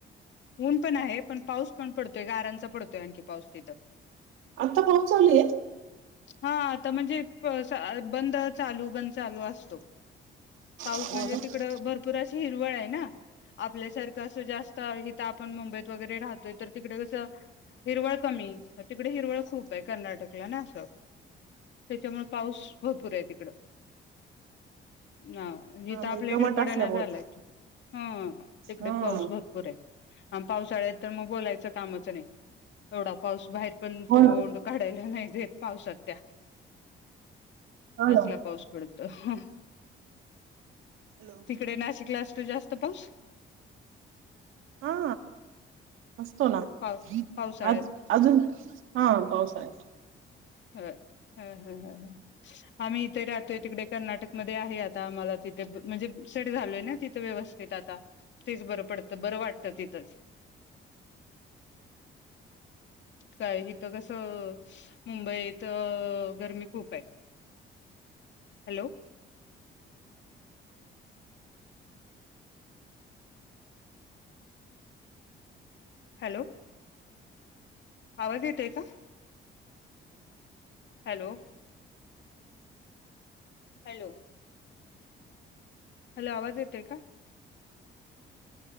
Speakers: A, on the left; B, on the right.
A: ऊन पण आहे पण, पाऊस पण पडतोय गारांचा पडतोय आणखी पाऊस तिथं.
B: आता पाहोचवली आहे?
A: हा आता म्हणजे बंद चालू बंद चालू असतो. पाऊस
B: हो
A: म्हणजे
B: ना.
A: तिकडं भर- पुरशी हिरवळ आहे ना? आपल्यासारखं असं जास्त इथं आपण मुंबईत वगैरे राहतोय तर तिकडे कसं हिरवळ कमी तिकडे हिरवळ खूप आहे कर्नाटकला ना असं- त्याच्यामुळे पाऊस भरपूर आहे तिकडं. -ना आणि
B: हा
A: इथं
B: म्हणजे
A: आपल्या इकडे
B: दमट
A: पडना
B: असल्यामुळे
A: झालाय. ह- तिकडे
B: हा
A: पाऊस भरपूर आहे. आणि पावसाळ्यात तर मग बोलायचं- कामाच नाही एवढा पाऊस बाहेर पण
B: हो
A: तोंड
B: ना
A: काढायला नाही देत पाऊसात त्या
B: हो
A: असला
B: ना
A: पाऊस पडत ह
B: हॅलो
A: तिकडे नाशिकला तो जास्त पाऊस
B: हा असतो ना
A: पाव पावसाळ्यात
B: अज अजून हा पाऊसळ्यात आहे
A: ह ह ह ह आम्ही इथे राहतोय तिकडे कर्नाटक मध्ये आहे आता आम्हाला तिथे म्हणजे सड झालोय ना तिथं व्यवस्थित आता तेच बरं पडत बरं वाटत तिथच काय हथ कस मुंबईत गरमी खूप आहे हॅलो हॅलो आवाज येतय का हॅलो हॅलो हॅलो आवाज येतय का